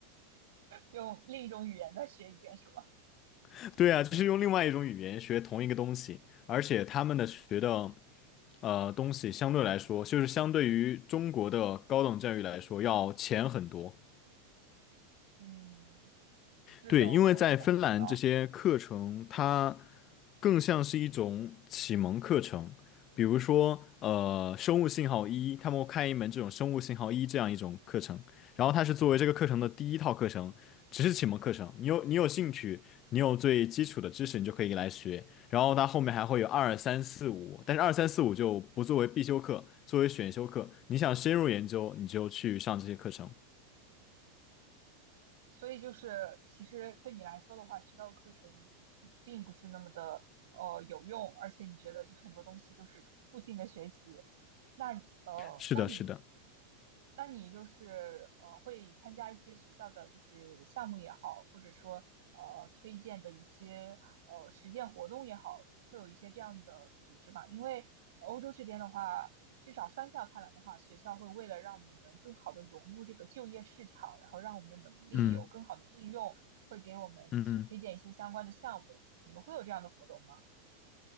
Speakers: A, on the right (about 60°); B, on the left (about 35°).
A: 用另一种语言再学一遍是吗？
B: <laughs> 对啊，就是用另外一种语言学同一个东西，而且他们的学的。呃东西相对来说，就是相对于中国的高等教育来说要浅很多。
A: 嗯，是的，
B: 对，因为在芬兰这些课程，
A: 我也能感受到。
B: 它更像是一种启蒙课程，比如说，呃，生物信号一，他们会开一门这种生物信号一这样一种课程，然后它是作为这个课程的第一套课程，只是启蒙课程。你有你有兴趣，你有最基础的知识，你就可以来学。然后它后面还会有二三四五，但是二三四五就不作为必修课，作为选修课。你想深入研究，你就去上这些课程。
A: 所以就是，其实对你来说的话，学校的课程并不是那么的呃有用，而且你觉得就是很多东西都是重复性的学习，那呃，
B: 是的，
A: 那你
B: 是的，
A: 那你就是呃会参加一些学校的就是项目也好，或者说呃推荐的一些呃实践活动也好，会有一些这样的组织嘛？因为呃欧洲这边的话，至少商校看来的话，学校会为了让我们能更好的融入这个就业市场，然后让我们的能力有更好的应用，
B: 嗯
A: 会给我们就是推荐一些相关的项目。
B: 嗯。
A: 你们会有这样的活动吗？